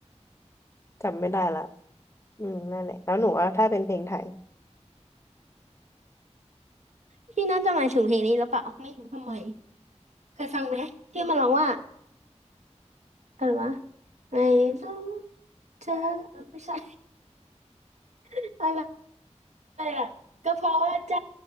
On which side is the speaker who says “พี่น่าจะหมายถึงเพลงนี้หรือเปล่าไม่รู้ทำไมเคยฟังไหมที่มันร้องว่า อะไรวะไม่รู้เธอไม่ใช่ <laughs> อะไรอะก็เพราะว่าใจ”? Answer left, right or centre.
Right